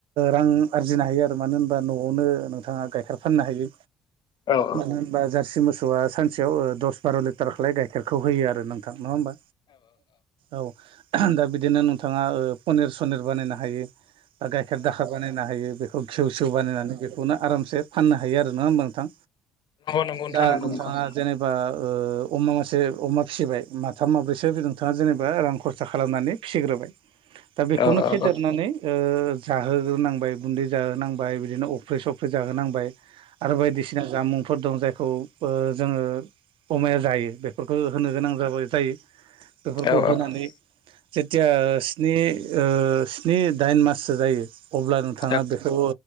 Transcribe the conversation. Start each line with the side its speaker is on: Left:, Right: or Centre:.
Right: रां आरजिनो हायो आरो मानो होनबा न'आवनो नोंथाङा गाइखेर फाननो हायो
Left: नंगौ
Right: मानो होनबा जारसि मोसौआ सानसेयाव दस बार' लिटार खालाय गाइखेरखौ होयो आरो नोंथां नङा होमबा औ दा बिदिनो नोंथाङा पनिर सनिर बानायनो हायो बा गाइखेर दाखेर बानायनो हायो बेखौ गेव सेव बानायनानै बेखौनो आरामसे। फाननो हायो आरो नङा होमबा नोंथां
Left: नंगौ नोंथां
Right: दा
Left: नंगौ
Right: नोंथाङा
Left: नंगौ औ
Right: जेनेबा बा अमा मासे अमा फिसिबाय माथाम माब्रैसो नोंथाङा जेनेबा रां खरसा खालामनानै फिसिग्रोबाय दा
Left: औ
Right: बेखौनो फेदेरनानै जाहोनांबाय गुन्दै जाहोनांबाय बिदिनो अफ्रि सफ्रि जाहोनांबाय आरो बायदिसिना जामुंफोर दं जायखौ जोङो अमाया जायो बेफोरखौ होनो गोनां जाबाय जायो। बेफोरखौ
Left: औ
Right: होनानै जेथिया स्नि स्नि दाइन माससो जायो अब्ला नोंथाङा
Left: औ
Right: बेखौ